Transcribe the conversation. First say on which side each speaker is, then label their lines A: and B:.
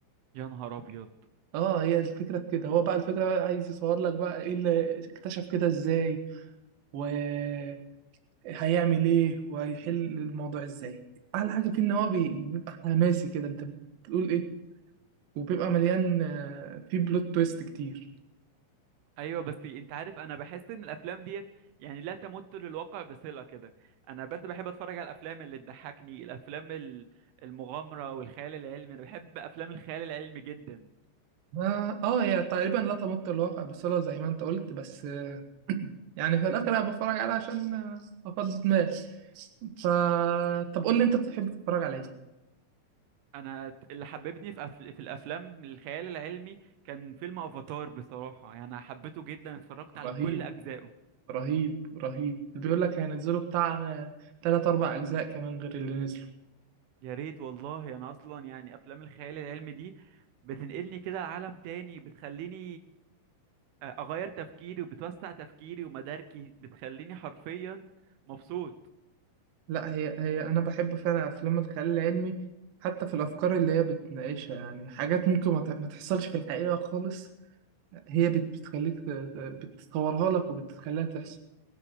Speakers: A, on the right; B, on the right.
A: يا نهار ابيض
B: اه هي الفكرة في كده هو بقى الفكرة بقى عايز يصور لك بقى ايه اللي اكتشف كده ازاي وهيعمل ايه وهيحل الموضوع ازاي أحلى حاجة فيه إن هو بي- بيبقى حماسي كده أنت بتقول ايه وبيبقى مليان آه، فيه بلوت تويست كتير
A: ايوه بس انت عارف انا بحس ان الافلام ديت يعني لا تمت للواقع بصله كده انا بس بحب اتفرج على الافلام اللي تضحكني الافلام ال- المغامره والخيال العلمي انا بحب افلام الخيال العلمي جدا
B: اه آه، هي تقريبا لا تمت الواقع بصلة زي ما انت قلت بس يعني في الاخر انا بتفرج عليها عشان افضي دماغي ف طب قول لي انت بتحب تتفرج على ايه
A: انا اللي حببني في أف... في الافلام الخيال العلمي كان فيلم افاتار بصراحه يعني انا حبيته جدا اتفرجت على
B: رهيب
A: كل اجزائه
B: رهيب رهيب بيقول لك هينزلوا بتاع تلات اربع اجزاء كمان غير اللي نزلوا
A: يا ريت والله انا اصلا يعني افلام الخيال العلمي دي بتنقلني كده لعالم تاني بتخليني اغير تفكيري وبتوسع تفكيري ومداركي بتخليني حرفيا مبسوط
B: لا هي هي انا بحب فعلا افلام الخيال العلمي حتى في الافكار اللي هي بتناقشها يعني حاجات ممكن ما ت- ما تحصلش في الحقيقة خالص هي بت- بتخليك ت- ت- بتصورها لك وبتخليها تحصل